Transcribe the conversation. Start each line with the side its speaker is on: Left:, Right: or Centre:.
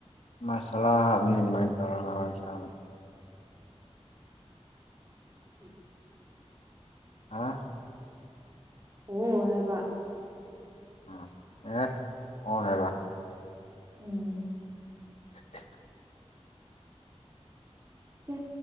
Left: ꯃꯁꯥꯂꯥ ꯍꯥꯞꯄꯅꯤ ꯑꯗꯨꯃꯥꯏꯅ ꯇꯧꯔ ꯉꯧꯔ ꯆꯥꯕꯅꯤ
Right: ꯎꯝ
Left: ꯍꯥꯥ
Right: ꯑꯣ ꯍꯥꯏꯕ
Left: ꯑꯥ ꯑꯦ ꯑꯣ ꯍꯥꯏꯕ
Right: ꯎꯝ
Left: <inaudible>
Right: ꯁꯦ